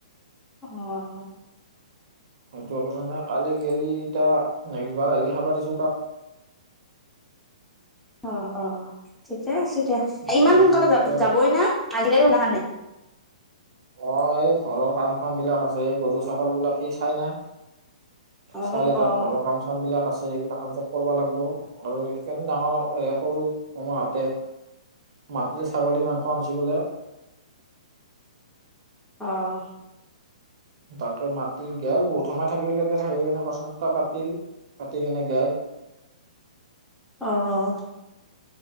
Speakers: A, in the centre; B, on the right.
A: অ',
B: সেইটো কাৰণে কালি গেলি এটিয়া নেক্সট বাৰ আহিলি খাবা দিছো তাক। <inaudible>
A: অ', অ', ঠিকে আছে দিয়া
B: মানে
A: ইমান সোনকালে
B: সি এতিয়া
A: যাবই না আহিলে সিদিনাখনে
B: অ', এই ঘৰৰ কাম কাম বিলাক আছে এই গৰু ছাগল বিলাক সি চাই না
A: অ
B: কালি তাৰ
A: অ
B: ঘৰৰ কাম চাম বিলাক আছে। সেইগিলা চব কৰিব লাগিব আৰু সেইকাৰণ ডাঙৰ সৰু মামাহঁতে মাটিল ছাগলী মাংস আনিছিল বোলে।
A: অ',
B: তাকে মাতিল গল বহুত সময় থাকিল এতিয়া সেৰিখিনি কথা চথা পাতিল পাতি কিনে গল।
A: অ'